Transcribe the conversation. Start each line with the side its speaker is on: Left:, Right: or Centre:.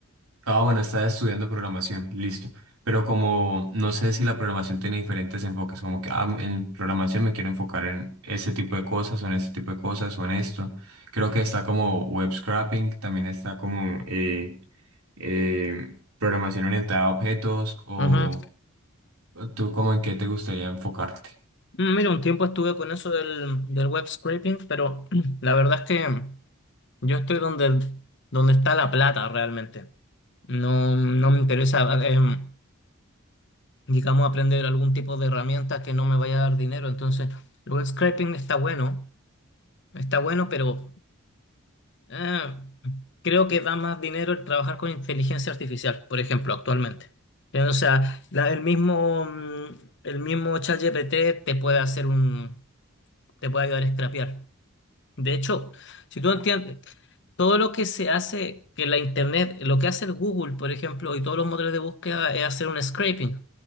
Right: Ah, bueno, estás estudiando programación, listo. Pero como no sé si la programación tiene diferentes enfoques, como que ah, en programación me quiero enfocar en ese tipo de cosas o en ese tipo de cosas o en esto. Creo que está como web scraping, también está como eh, eh, programación orientada a objetos o
Left: Ujú.
Right: tú como en qué te gustaría enfocarte.
Left: Mm, Mira, un tiempo estuve con eso del, del web scraping, pero <clears throat> la verdad es que yo estoy donde, donde está la plata realmente. No, no me interesa, em, digamos, aprender algún tipo de herramienta que no me vaya a dar dinero. Entonces, el web scraping está bueno, está bueno, pero Eh, creo que da más dinero el trabajar con inteligencia artificial, por ejemplo, actualmente. Eh, O sea, la- el mismo, mm, el mismo ChatGPT te puede hacer un, te puede ayudar a scrapear. De hecho, si tú entiendes, todo lo que se hace, que la internet, lo que hace el Google, por ejemplo, y todos los motores de búsqueda es hacer un scraping.